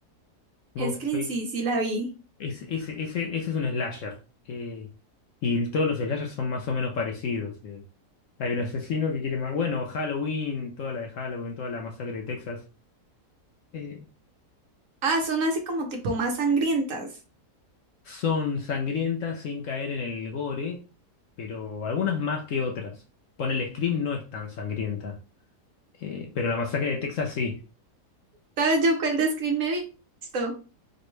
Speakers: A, on the left; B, on the right.
A: Ghostface.
B: Scream, sí, sí la vi.
A: Es, ese ese- ese es un slasher. eh, y todos los slashers son más o menos parecidos. eh. Hay un asesino que quiere más. Bueno, Halloween, toda la de Halloween, toda la masacre de Texas. eh,
B: Ah, son así como tipo más sangrientas.
A: son sangrientas sin caer en el gore, pero algunas más que otras. Ponele Scream no es tan sangrienta. eh, pero la masacre de Texas sí.
B: ¿Sabes yo cuál de Scream me he visto?